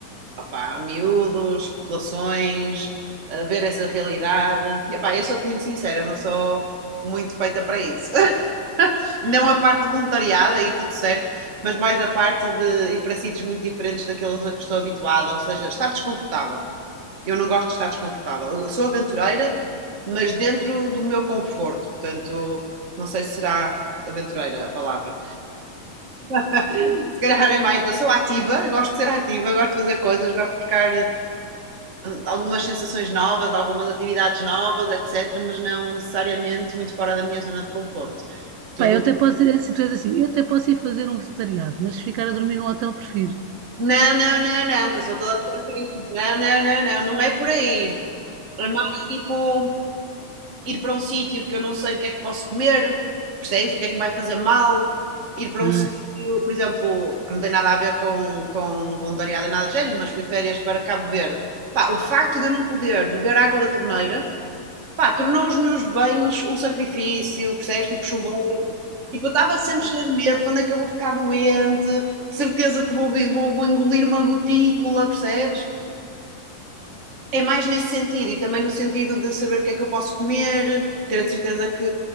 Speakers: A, on the right; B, on the right.
A: opá, miúdos, populações, a ver essa realidade. E, opá, eu sou-te muito sincera, eu não sou muito feita para isso. <laughs> não a parte de voluntariado, aí tudo certo, mas mais a parte de ir para sítios muito diferentes daqueles a que estou habituada, ou seja, estar desconfortável. Eu não gosto de estar desconfortável. Eu sou aventureira, mas dentro do meu conforto, portanto, não sei se será aventureira a palavra. <laughs> se calhar é mais, eu sou ativa, gosto de ser ativa, gosto de fazer coisas, gosto de buscar uh, algumas sensações novas, algumas atividades novas, etc., mas não necessariamente muito fora da minha zona de conforto. Tudo
B: pá, eu até posso dizer assim, tu és assim, eu até posso ir fazer um voluntariado, mas se ficar a dormir num hotel prefiro.
A: Não, não, não, não, que eu sou toda fantasma. Não, não, não, não, não é por aí. É mais tipo ir para um sítio que eu não sei o que é que posso comer, percebes? O que é que me vai fazer mal. Ir para
B: Ah.
A: um sítio, por exemplo, que não tem nada a ver com, com voluntariado e nada do género, mas fui de férias para Cabo Verde. Pá, o facto de eu não poder beber água da torneira. Pá, tornou os meus banhos um sacrifício, percebes? Tipo chuveiro. Tipo, eu estava sempre cheia de medo, quando é que eu vou ficar doente? De certeza que vou, vi- vou, vou engolir uma gotícula, percebes? é mais nesse sentido e também no sentido de saber o que é que eu posso comer, ter a certeza que,